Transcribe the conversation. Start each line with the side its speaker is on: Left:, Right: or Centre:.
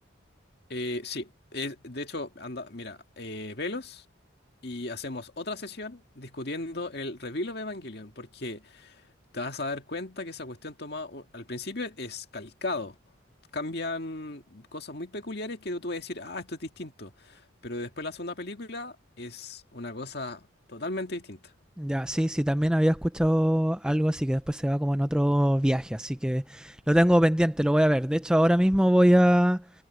Left: Eh, sí, es- de hecho, anda, mira, eh, velos y hacemos otra sesión discutiendo el Rebuild of Evangelion, porque te vas a dar cuenta que esa cuestión toma, u- al principio es calcado. Cambian cosas muy peculiares que tú vas a decir, ah, esto es distinto. Pero después la segunda película es una cosa totalmente distinta.
Centre: Ya, sí, sí, también había escuchado algo así que después se va como en otro viaje, así que lo tengo pendiente, lo voy a ver. De hecho, ahora mismo voy a